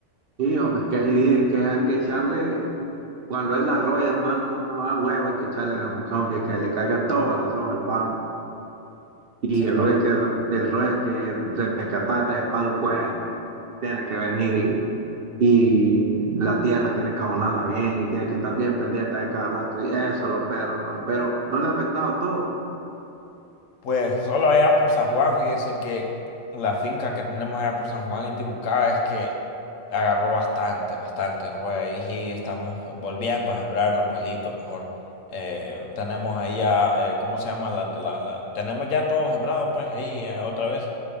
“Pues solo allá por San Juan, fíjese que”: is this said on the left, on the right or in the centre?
Left